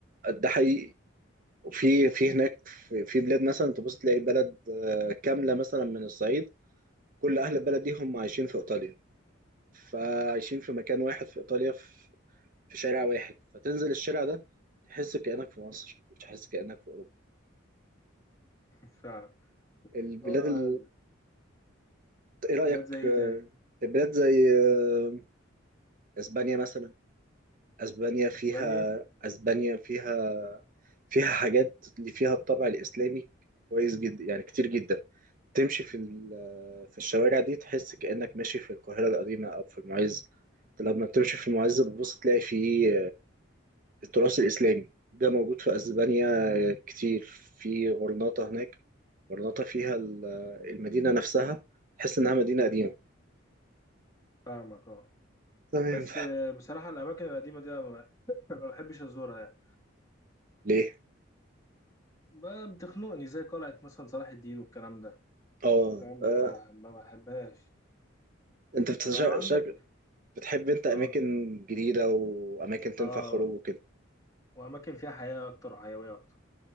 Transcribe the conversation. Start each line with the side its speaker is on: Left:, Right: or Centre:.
Right: ده حقيقي وفي في هناك في في بلاد مثلا تبص تلاقي بلد آه، كامله مثلا من الصعيد كل اهل البلد دي هم عايشين في ايطاليا فعايشين في مكان واحد في ايطاليا في في شارع واحد فتنزل الشارع ده تحس كأنك في مصر مش تحس كأنك في اوروبا
Left: <laughs> فعلا
Right: البلاد
Left: اه
Right: ال... ايه رأيك
Left: بلاد زي ايه
Right: آه،
Left: تاني
Right: البلاد زي آه، اسبانيا مثلا اسبانيا فيها
Left: اسبانيا
Right: اسبانيا فيها فيها حاجات اللي فيها الطابع الاسلامي كويس جدا يعني كتير جدا تمشي في ال- آه، في الشوارع دي تحس كأنك ماشي في القاهرة القديمة او في المعز لما بتمشي في المعز بتبص تلاقي فيه التراث الإسلامي ده موجود في أسبانيا كتير في غرناطة هناك غرناطة فيها ال- المدينة نفسها تحس إنها مدينة قديمة
Left: فاهمك اه
Right: تمام
Left: بس آه، بصراحة الأماكن القديمة دي أنا ما <laughs> ما بحبش أزورها يعني
Right: ليه؟
Left: ب- بتخنقني زي قلعة مثلا صلاح الدين والكلام ده
Right: اه
Left: فاهم
Right: آه،
Left: ما بح- ما بحبهاش
Right: انت بتشا-
Left: فلو عندك
Right: شا- بتحب انت اماكن
Left: اه
Right: جديدة واماكن تنفع
Left: اه
Right: خروج وكده
Left: وأماكن فيها حياة أكتر وحيوية أكتر